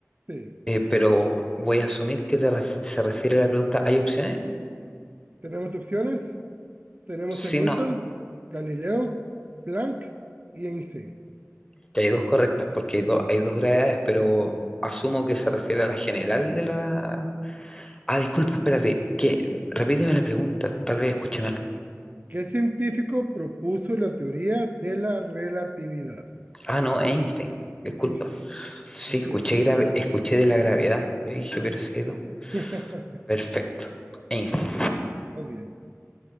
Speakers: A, on the right (about 35°); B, on the left (about 15°).
A: Sí.
B: eh, pero voy a asumir que te ref- se refiere a la pregunta, ¿hay opciones?
A: Tenemos opciones. Tenemos
B: Sí,
A: a Newton,
B: no,
A: Galileo, Planck y Einstein.
B: que hay dos correctas, porque hay, dos hay dos gravedades, pero asumo que se refiere a la general de la... Ah, disculpa, espérate, que repíteme la pregunta, tal vez escuché mal.
A: ¿Qué científico propuso la teoría de la relatividad?
B: Ah, no, Einstein, disculpa.
A: Einstein.
B: Sí,
A: Así
B: escuché
A: es.
B: grave, escuché de la gravedad. Yo dije, pero si hay dos.
A: <laughs>
B: Perfecto, Einstein.
A: Bueno, más bien.